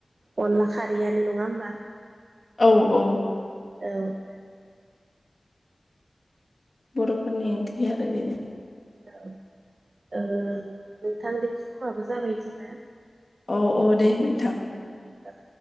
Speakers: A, on the right; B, on the left.
A: अनला खारैयानो नङा होमबा?
B: औ औ।
A: औ
B: बर'फोरनि ओंख्रि आरो बेनो।
A: औ ओ नोंथांनि समाबो जाबाय जोंना।
B: औ औ दे नों थां।
A: दे औ